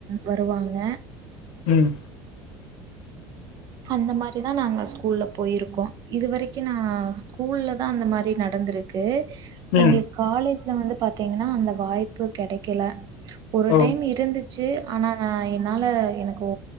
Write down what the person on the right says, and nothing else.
வருவாங்க
அந்த மாரி தா நாங்க ஸ்கூல்ல போயிருக்கோ இதுவரைக்கு நா ஸ்கூல்ல தா அந்த மாரி நடந்துரு க்கு எங்களுக்கு
காலேஜ்ல வந்து பாத்தீங்கன்னா அந்த வாய்ப்பு கெடைக்கல ஒரு
டைம் இருந்து ச்சு ஆனா நான் என்னால எனக்கு